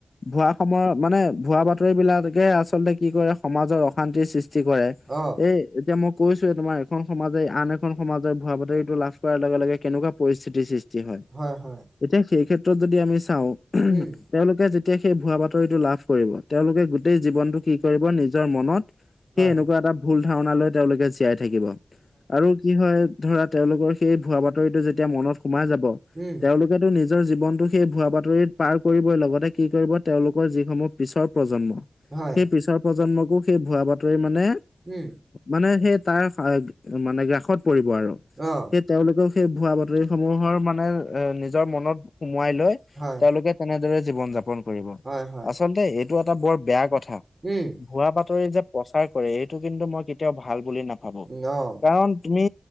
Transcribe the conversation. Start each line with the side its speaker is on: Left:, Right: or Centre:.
Left: ভুৱা সময় মানে ভুৱা বাতৰি বিলাকে আচলতে কি কৰে সমাজৰ অশান্তিৰ সৃষ্টি কৰে,
Right: অ
Left: এই এতিয়া মই কৈছোৱে তোমাৰ এখন সমাজে আন এখন সমাজৰ ভুৱা বাতৰিটো লাভ কৰাৰ লগে লগে কেনেকুৱা পৰিস্থিতিৰ সৃষ্টি হয়।
Right: হয়, হয়।
Left: এতিয়া সেই ক্ষেত্ৰত যদি আমি চাওঁ,
Right: উম
Left: তেওঁলোকে যেতিয়া সেই ভুৱা বাতৰিটো লাভ কৰিব তেওঁলোকে গোটেই জীৱনতটো কি কৰিব নিজৰ মনত সেই
Right: হয়
Left: এনেকুৱা এটা ভুল ধাৰণালৈ তেওঁলোকে জীয়াই থাকিব, আৰু কি হয় ধৰা তেওঁলোকৰ সেই ভুৱা বাতৰিতো যেতিয়া মনত সোমাই যাব,
Right: উম
Left: তেওঁলোক এতিয়াতো নিজৰ জীৱনটো সেই ভুৱা বাতৰিত পাৰ কৰিবই লগতে কি কৰিব তেওঁলোকৰ যিসমূহ পিছৰ প্ৰজন্ম
Right: হয়
Left: সেই পিছৰ প্ৰজন্মকো সেই ভুৱা বাতৰি মানে
Right: উম
Left: মানে সেই তাৰ মানে গ্ৰাসত পৰিব আৰু।
Right: অ
Left: সেই তেওঁলোকেও সেই ভুৱা বাতৰি সমূহৰ মানে এ নিজৰ মনত সোমোৱাই লৈ।
Right: হয়।
Left: তেওঁলোকে তেনেদৰে জীৱন- যাপন কৰিব।
Right: হয় হয়।
Left: আচলতে এইটো এটা বৰ বেয়া কথা।
Right: উম,
Left: ভুৱা বাতৰি যে প্ৰচাৰ কৰে এইটো কিন্তু মই কেতিয়াও ভাল বুলি ন ভাবো,
Right: অ',
Left: কাৰণ তুমি